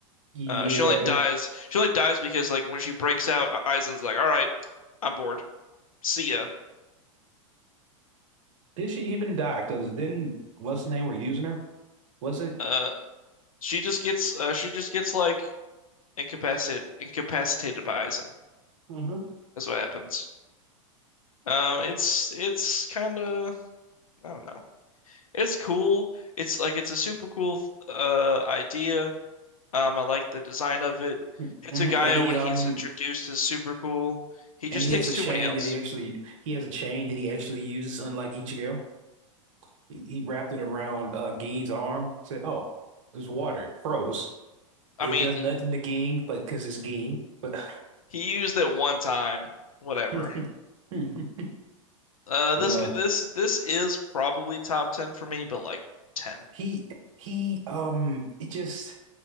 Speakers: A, on the right; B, on the left.
A: Yeah,
B: Uh, she only dies.
A: he,
B: She only dies because like when she breaks out, uh, Aizen's like, "All right, I'm bored. See ya."
A: did she even die? Because then what's the name we're using her? Was it?
B: Uh, she just gets uh, she just gets like incapacit incapacitated by Aizen
A: hmm
B: is what happens. Um, it's it's kind of I don't know. It's cool. It's like it's a super cool uh idea. Um, I like the design of it.
A: hmm
B: Hitsugaya,
A: And he
B: when
A: um
B: he's introduced, is super cool. He just
A: and he
B: takes
A: has a
B: too
A: chain
B: many L's.
A: that he actually he has a chain that he actually uses, unlike Ichigo. He, he wrapped it around uh Gein's arm. Said, "Oh, it's water, it froze. It
B: I mean,
A: does nothing to Gein, but because it's Gein." But
B: he used it one time. Whatever.
A: <laughs>
B: Uh,
A: uh,
B: this this this is probably top ten for me, but like ten.
A: he he um it just.